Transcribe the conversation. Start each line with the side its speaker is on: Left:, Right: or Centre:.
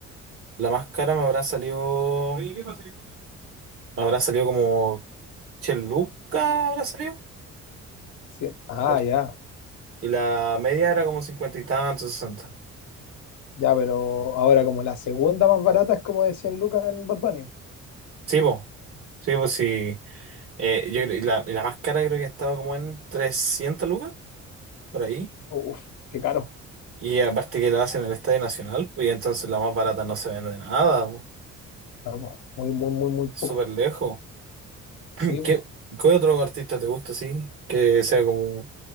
Right: la más cara me habrá salido, Oye, ¿qué pasa? me habrá salido como 100 lucas, habrá salido.
Left: Sí. Ah,
Right: ¿cachai?
Left: ya.
Right: Y la media era como 50 y tanto, 60.
Left: Ya, pero ahora como la segunda más barata es como de 100 lucas en Bad Bunny.
Right: Sí, pues, sí, pues sí. Eh, yo creo- y la, y la más cara creo que estaba como en 300 lucas, por ahí.
Left: Uf, qué caro.
Right: Y aparte que la hacen en el Estadio Nacional, pues, y entonces la más barata no se vende nada, po.
Left: No, po, Muy, muy, muy, muy
Right: Es
Left: poco.
Right: súper lejos. <clears throat>
Left: Sí, po.
Right: ¿Qué, qué otro artista te gusta así? Que sea como,